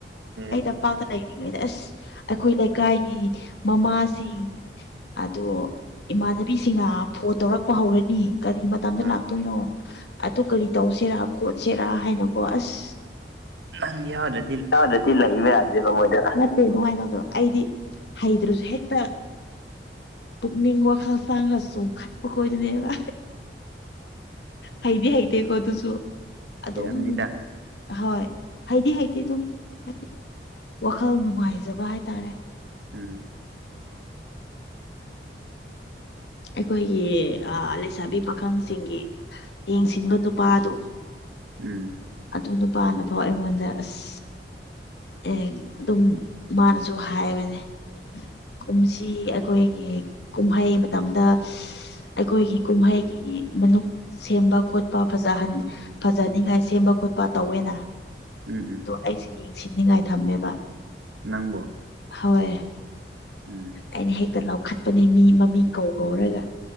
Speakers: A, on the right; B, on the left.
A: ꯎꯝ
B: ꯑꯩꯗꯣ ꯄꯥꯛꯇ ꯂꯩꯔꯤꯉꯩꯗ ꯑꯁ ꯑꯩꯈꯣꯏ ꯂꯩꯀꯥꯏꯒꯤ ꯃꯃꯥꯁꯤꯡ ꯑꯗꯣ ꯏꯃꯥꯟꯅꯕꯤꯁꯤꯡꯅ ꯐꯣꯟ ꯇꯧꯔꯛꯄ ꯍꯧꯔꯅꯤ ꯀꯔꯤ ꯃꯇꯝꯗ
A: ꯑꯥ
B: ꯂꯥꯛꯇꯣꯏꯅꯣ ꯑꯗꯨ ꯀꯔꯤ ꯇꯧꯁꯤꯔ ꯈꯣꯠꯁꯤꯔ ꯍꯥꯏꯅ ꯀꯣ ꯑꯁ
A: ꯅꯪ ꯌꯥꯎꯗ꯭ꯔ
B: ꯌꯥꯎꯗ꯭ꯔꯗꯤ ꯂꯩꯕ ꯌꯥꯗ꯭ꯔꯦꯕ ꯃꯣꯢꯗꯨ ꯅꯠꯇꯦ ꯑꯗꯨꯃꯥꯏ ꯑꯩꯗꯤ ꯍꯩꯇ꯭ꯔꯁꯨ ꯍꯦꯛꯇ ꯄꯨꯛꯅꯤꯡ ꯋꯥꯈꯜ ꯆꯥꯡꯉ ꯆꯣꯡꯈꯠꯄ ꯈꯣꯏꯗꯨꯅꯦꯕ ꯍꯩꯗꯤ ꯍꯩꯇꯦ ꯀꯣ ꯑꯗꯨꯁꯨ ꯑꯗꯨꯝ
A: ꯂꯩꯔꯝꯅꯤꯗ
B: ꯍꯣꯏ ꯍꯩꯗꯤ ꯍꯩꯇꯦ ꯑꯗꯨꯝ ꯍꯥꯏꯗꯤ ꯋꯥꯈꯜ ꯅꯨꯡꯉꯥꯏꯖꯕ ꯍꯥꯏꯇꯥꯔꯦ
A: ꯎꯝ
B: ꯑꯩꯈꯣꯏꯒꯤ ꯑꯥ ꯂꯩꯁꯥꯕꯤ ꯄꯥꯈꯪꯁꯤꯡꯒꯤ ꯌꯦꯡꯁꯤꯟꯕ ꯅꯨꯄꯥꯗꯨ
A: ꯎꯝ
B: ꯑꯗꯨ ꯅꯨꯄꯥꯅꯐꯥꯎ ꯑꯩꯉꯣꯟꯗ ꯑꯁ ꯑꯦꯛ ꯑꯗꯨꯝ ꯃꯥꯅꯁꯨ ꯍꯥꯏꯕꯅꯤ ꯀꯨꯝꯁꯤ ꯑꯩꯈꯣꯏꯒꯤ ꯀꯨꯝꯍꯩ ꯃꯇꯝꯗ ꯑꯩꯈꯣꯏꯒꯤ ꯀꯨꯝꯍꯩꯒꯤ ꯃꯅꯨꯡ ꯁꯦꯝꯕ ꯈꯣꯠꯄ ꯐꯖꯍꯟ ꯐꯖꯍꯅꯤꯡꯉꯥꯏ ꯁꯦꯝꯕ ꯈꯣꯠꯄ ꯇꯧꯋꯦꯅ
A: ꯎꯝ ꯎꯝ
B: ꯑꯩꯁꯨ ꯌꯦꯡꯁꯤꯟꯅꯤꯡꯉꯥꯏ ꯊꯝꯃꯦꯕ
A: ꯅꯪꯕꯣ
B: ꯍꯣꯏ
A: ꯎꯝ
B: ꯑꯩꯅ ꯍꯦꯛꯇ ꯂꯥꯎꯈꯠꯄꯅꯤ ꯃꯤ ꯃꯃꯤꯡ ꯀꯧ ꯀꯧꯔꯒ